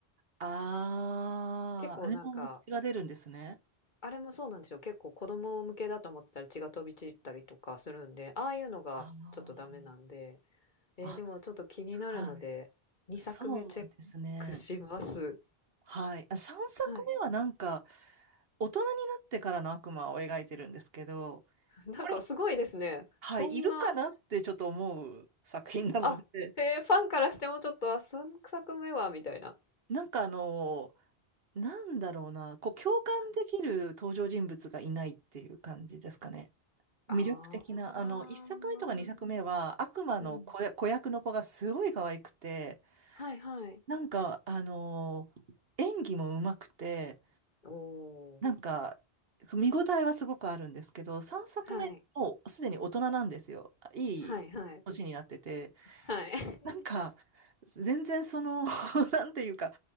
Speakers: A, on the right; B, on the left.
A: ああ、
B: 結構なんか、
A: あれも血が出るんですね。
B: あれもそうなんですよ。結構子供向けだと思ってたら血が飛び散ったりとかするんで、ああいうのがちょっとダメなんで、
A: あ
B: えーでもちょっと気になるので、
A: あ、あ、はい。
B: 2作目チェッ
A: そうですね。
B: クします。
A: はい。あ、3作目はなんか
B: はい
A: 大人になってからの悪魔を描いてるんですけど、
B: なんかすごいですね。
A: これ、はい、
B: そんな、
A: いるかなってちょっと思う作品なので、
B: あ、へえ、ファンからしてもちょっと、あ、3作目はみたいな。
A: なんかあの、なんだろうな、こう共感できる登場人物がいないっていう感じですかね。
B: はい。あ
A: 魅力的な、あの、一作目とか二作目は悪魔の子や、
B: あ。うん。
A: 子役の子がすごい可愛くて、
B: はいはい。
A: なんかあの、演技も上手くて、
B: おお。
A: なんか見応えはすごくあるんですけど、三作目もうすでに大人なんですよ。
B: はい。
A: いい年になってて、
B: はいはい。はい。<laughs>
A: なんか、全然その、<laughs> なんていうか、